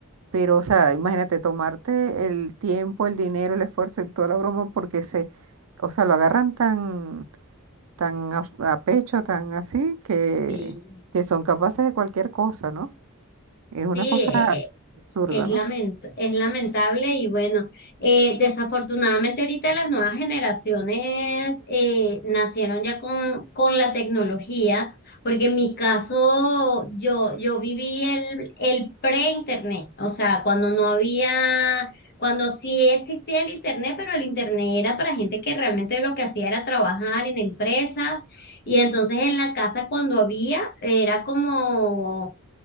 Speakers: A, on the right (about 80°); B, on the left (about 50°).
A: pero, o sea, imagínate tomarte el tiempo, el dinero, el esfuerzo y toda la broma porque se, o sea, lo agarran tan tan a, a pecho, tan así, que,
B: sí,
A: que son capaces de cualquier cosa, ¿no? Es una
B: sí,
A: cosa absurda,
B: Es
A: ¿no?
B: lament- es lamentable y bueno, eh, desafortunadamente ahorita las nuevas generaciones eh, nacieron ya con, con la tecnología, porque en mi caso yo, yo viví el, el pre-internet, o sea, cuando no había, cuando sí existía el internet, pero el internet era para gente que realmente lo que hacía era trabajar en empresas y entonces en la casa cuando había era como